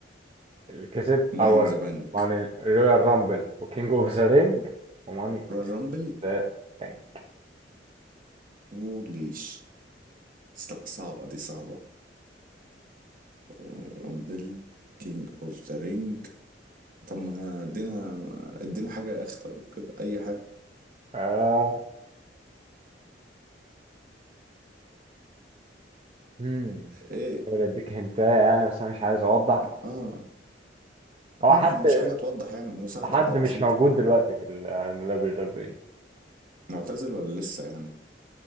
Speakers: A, on the right (about 30°); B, on the right (about 50°).
A: اللي كسب
B: ماني
A: أول
B: ان ذا بانك
A: ماني رويال رامبل وكينج أوف ذا رينج وماني
B: رويال رامبل
A: ذا رينج
B: هوليش لا صعبة دي صعبة رويال رامبل كينج اوف ذا رينج طب ما ادينا ادينا حاجة يا اخ طيب كده اي حاجة
A: آه مم.
B: ايه
A: أقول أديك هنتاية يعني بس أنا مش عايز أوضح
B: اه
A: هو
B: ما
A: حد
B: مش حاجة توضح يعني مساعدة
A: حد
B: كده بسيطة
A: مش موجود دلوقتي في ال دبليو دبليو إي
B: معتزل ولا لسه يعني